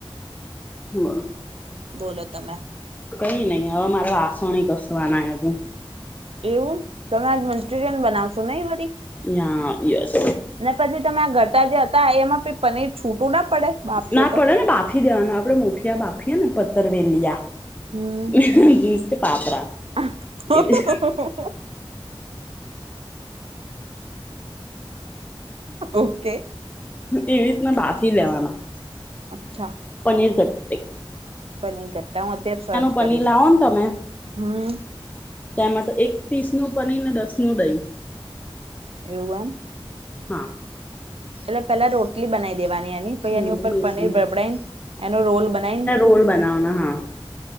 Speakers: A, on the left; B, on the right.
A: હમ.
B: બોલો તમે
A: કઈ નહી હવે મારે વાસણ ઘસવાના હજું
B: એવું તમે આજ મંચુરિયન બનાવશો ને વરી
A: યા યસ
B: ને પછી તમે આ ઘતા જે હતા એમાં પનીર છૂટું ના પડે બાફીએ
A: ના
B: તો
A: પડે ને બાફી દેવાનું આપણેે મોઠિયા બાફીએ ને પત્તર વેલીયા
B: હમ
A: <unintelligible> પાતરા
B: <inaudible>
A: એવી
B: ઓકે
A: એવી રીતના બાફી લેવાના
B: અચ્છા
A: પનીર કટ
B: પનીર કટા હું અત્યારે સર્ચ
A: પનીર
B: કરીશ
A: લાવો ને તમે
B: હમ
A: તેમાં તો એક પીસનું પનીર ને દસનું દહી
B: એવું એમ
A: હા
B: એટલે પેલા રોટલી બનાવી દેવાની એની પહી
A: હમ
B: એની ઉપર
A: બેસન
B: પનીર બબડાઈ એનો રોલ બનાઈન
A: કોલ બનાવાના હા